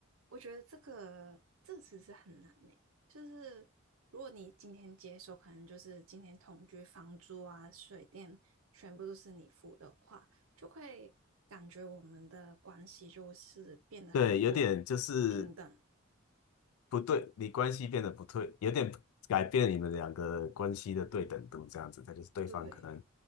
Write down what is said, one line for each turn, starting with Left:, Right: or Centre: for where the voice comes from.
Right: 我觉得这个这其实很难呢、就是如果你今天接手，可能就是今天同居、房租啊、水电全部都是你付的话，就会感觉我们的关系就是变得很不
Left: 对，有点就是
Right: 平等。
Left: 不对，你关系变得不对，有点改变你们两个关系的对等度，这样子，他就是对方可能
Right: 对，